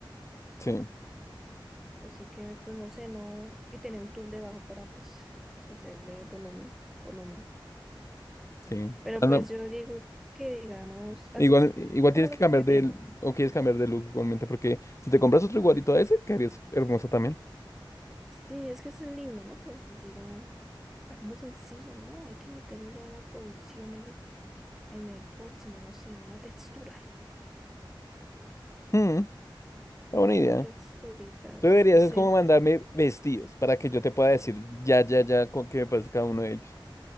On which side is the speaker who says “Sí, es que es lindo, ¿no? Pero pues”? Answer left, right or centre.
Centre